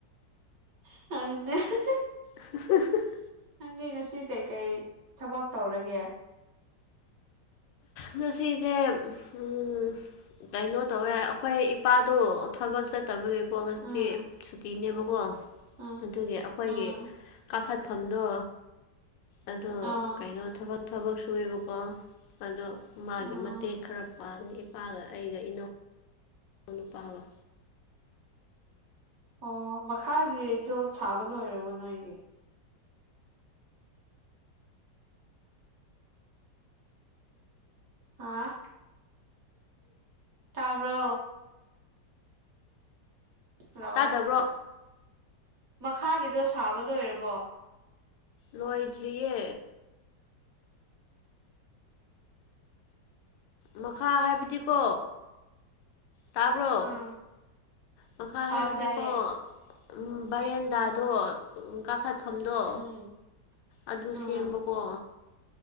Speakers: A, on the right; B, on the left.
A: <unintelligible>
B: <unintelligible>
A: ꯅꯪꯗꯤ ꯉꯁꯤ ꯀꯩꯀꯩ ꯊꯕꯛ ꯇꯧꯔꯒꯦ
B: ꯉꯁꯤꯁꯦ ꯎꯝ ꯀꯩꯅꯣ ꯇꯧꯋꯦ ꯑꯩꯈꯣꯏ ꯏꯄꯥꯗꯣ ꯊꯕꯛ ꯆꯠꯇꯕꯒꯤ ꯀꯣ ꯉꯁꯤ
A: ꯎꯝ
B: ꯁꯨꯇꯤꯅꯦꯕꯀꯣ
A: ꯎꯝ
B: ꯑꯗꯨꯒꯤ ꯑꯩꯈꯣꯏꯒꯤ
A: ꯎꯝ
B: ꯀꯥ ꯀꯥꯈꯠꯐꯝꯗꯣ ꯑꯗꯣ
A: ꯑꯥ
B: ꯀꯩꯅꯣ ꯊꯕꯛ ꯊꯕꯛ ꯁꯨꯏꯌꯦꯕꯀꯣ ꯑꯗꯣ ꯃꯥꯒꯤ
A: ꯑꯥ
B: ꯃꯇꯦꯡ ꯈꯔ ꯄꯥꯡꯉꯦ ꯏꯄꯥꯒ ꯑꯩꯒ ꯏꯅꯧ ꯅꯨꯄꯥꯕ
A: ꯑꯣ ꯃꯈꯥꯒꯤꯗꯣ ꯁꯥꯕ ꯂꯣꯏꯔꯕꯣ ꯅꯣꯏꯒꯤ ꯍꯥꯥ ꯇꯥꯕ꯭ꯔꯣ ꯍꯜꯂꯣ
B: ꯇꯥꯗꯕ꯭ꯔꯣ
A: ꯃꯈꯥꯒꯤꯗꯣ ꯁꯥꯕ ꯂꯣꯏꯔꯕꯣ
B: ꯂꯣꯏꯗ꯭ꯔꯤꯌꯦ ꯃꯈꯥ ꯍꯥꯏꯕꯗꯤꯀꯣ ꯇꯥꯕ꯭ꯔꯣ
A: ꯎꯝ
B: ꯃꯈꯥ ꯍꯥꯏꯕꯗꯤꯀꯣ
A: ꯑꯥꯎ ꯇꯥꯏꯌꯦ
B: ꯎꯝ ꯕꯥꯔꯦꯟꯗꯥꯗꯣ
A: ꯎꯝ
B: ꯎꯝ ꯀꯥꯈꯠ ꯐꯝꯗꯣ
A: ꯎꯝ
B: ꯑꯗꯨ
A: ꯎꯝ
B: ꯁꯦꯝꯕꯀꯣ